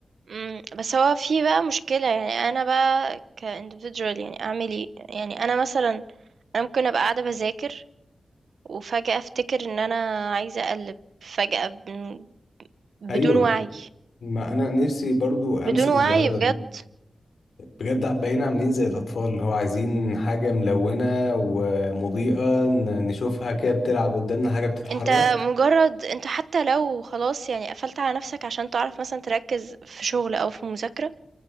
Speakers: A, on the right (about 75°); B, on the left (about 90°).
A: امم، بس هو في بقى مشكلة يعني أنا بقى ك individual يعني أعمل إيه يعني أنا مثلا أنا ممكن أبقى قاعدة بذاكر وفجأة أفتكر إن أنا عايزة أقلب فجأة ب- بدون
B: ايوه
A: وعي
B: ما انا نفسي برضو امسك
A: بدون وعي
B: الظاهرة
A: بجد
B: دي بجد بقينا عاملين زي الأطفال اللي هو عايزين حاجة ملونة ومضيئة ن- نشوفها كده بتلعب قدامنا حاجة بتتحرك
A: أنت مجرد أنت حتى لو خلاص يعني قفلت على نفسك عشان تعرف مثلا تركز في شغل أو في مذاكرة